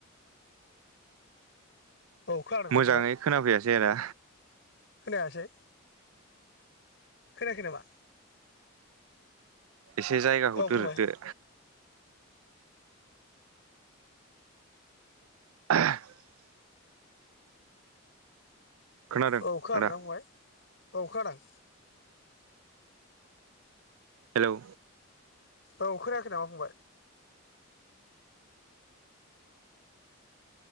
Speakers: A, on the left; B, on the right.
A: औ खोनादोंना
B: मोजाङै
A: फंबाय?
B: खोनाफैयासै आदा
A: खोनायासै खोनायाखै नामा?
B: एसे जायगाखौ
A: औ फंबाय
B: दोरोददो <inaudible> खोनादों
A: औ खोनादोंना
B: आदा
A: फंबाय औ खोनादों?
B: हेल'
A: औ खोनायाखै नामा फंबाय?